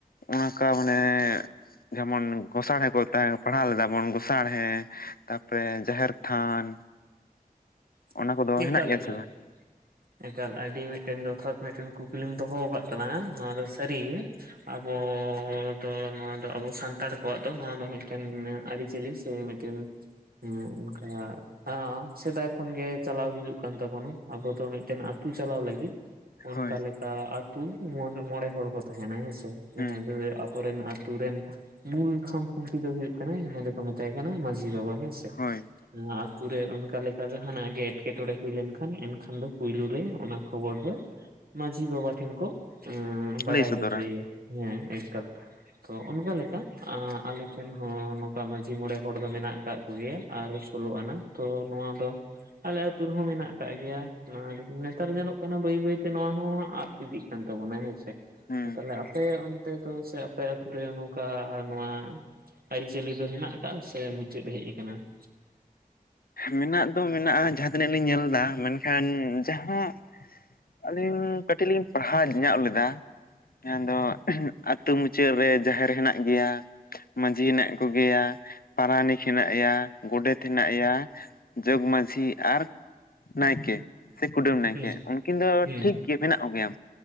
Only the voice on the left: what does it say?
ᱚᱱᱠᱟ ᱢᱟᱱᱮᱼᱼ ᱡᱮᱢᱚᱱ ᱜᱚᱸᱥᱟᱲᱦᱮ ᱠᱚ ᱛᱟᱦᱮᱸ ᱯᱟᱲᱦᱟᱣ ᱞᱮᱫᱟ ᱵᱚᱱ ᱜᱚᱸᱥᱟᱲᱦᱮ ᱛᱟᱨ ᱯᱚᱨᱮ ᱡᱟᱦᱮᱨ ᱛᱷᱟᱱ
ᱚᱱᱟ ᱠᱚᱫᱚ ᱦᱮᱱᱟᱜ ᱜᱮᱭᱟ ᱥᱮ ᱵᱟᱝ
ᱦᱳᱭ
ᱦᱩᱸ
ᱦᱳᱭ
ᱞᱟᱹᱭ ᱥᱚᱫᱚᱨᱟ
ᱦᱩᱸ
ᱢᱮᱱᱟᱜ ᱫᱚ ᱢᱮᱱᱟᱜᱼᱟ ᱡᱟᱦᱟᱸ ᱛᱤᱱᱟᱹᱜ ᱞᱤᱧ ᱧᱮᱞ ᱮᱫᱟ ᱢᱮᱱ ᱠᱷᱟᱱ ᱡᱟᱦᱟᱸ ᱟᱹᱞᱤᱧ ᱠᱟᱹᱴᱤᱡ ᱞᱤᱧ ᱯᱟᱲᱦᱟᱣ ᱧᱚᱜ ᱞᱮᱫᱟ ᱟᱫᱚ ᱟᱹᱛᱩ ᱢᱩᱪᱟᱹᱫ ᱨᱮ ᱡᱟᱦᱮᱨ ᱦᱮᱱᱟᱜ ᱜᱮᱭᱟ ᱢᱟᱹᱡᱷᱤ ᱦᱮᱱᱟᱜ ᱠᱚ ᱜᱮᱭᱟ ᱯᱟᱨᱟᱱᱤᱠ ᱦᱮᱱᱟᱜᱭᱟ ᱜᱚᱰᱮᱛ ᱦᱮᱱᱟᱜᱭᱟ ᱡᱚᱜᱽ ᱢᱟᱺᱡᱷᱤ ᱟᱨ ᱱᱟᱭᱠᱮ ᱾ ᱥᱮ ᱠᱩᱰᱟᱹᱢ ᱱᱟᱭᱠᱮ
ᱩᱱᱠᱤᱱ ᱫᱚ
ᱴᱷᱤᱠ ᱜᱮ ᱢᱮᱱᱟᱜ ᱠᱚ ᱜᱮᱭᱟ